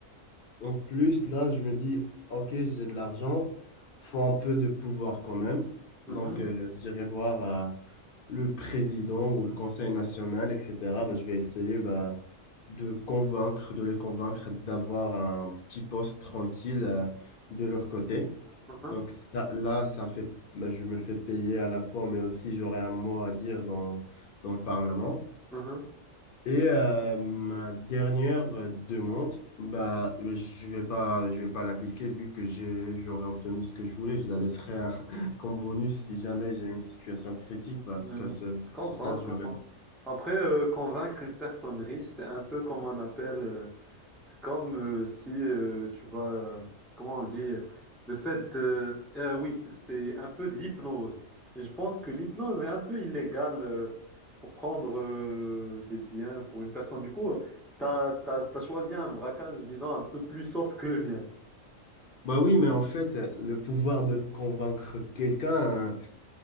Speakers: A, on the left (about 55°); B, in the centre.
A: En plus, là, je me dis, OK, j'ai de l'argent, faut un peu de pouvoir quand même.
B: Mhm,
A: Donc, euh, j'irai voir. euh, le président ou le conseil national, etc., ben, je vais essayer ben, de convaincre, de les convaincre d'avoir un petit poste tranquille euh, de leur côté.
B: mhm,
A: Donc ça, là, ça me fait, ben, je me fais payer à la fois, mais aussi j'aurai un mot à dire dans, dans le Parlement.
B: mhm.
A: Et euh, ma dernière euh, demande, bah, je vais pas, je vais pas l'appliquer vu que j'ai, j'aurais obtenu ce que je voulais. Je la laisserai hein, <laughs> comme bonus si jamais j'ai une situation critique, bah, parce
B: Mhm.
A: qu'à ce,
B: Je comprends,
A: ce stade,
B: je
A: j'aurais.
B: comprends. Après, euh, convaincre une personne riche, c'est un peu comme on appelle, euh, c'est comme euh, si, euh, tu vois, euh, comment on dit, euh, le fait de, euh, oui, c'est un peu de l'hypnose. Et je pense que l'hypnose est un peu illégale euh, pour prendre euh, des biens pour une personne. Du coup, euh, t'as, t'as, t'as choisi un braquage, disons, un peu plus soft que le mien.
A: Bah oui, mais en fait, le pouvoir de convaincre quelqu'un, hein,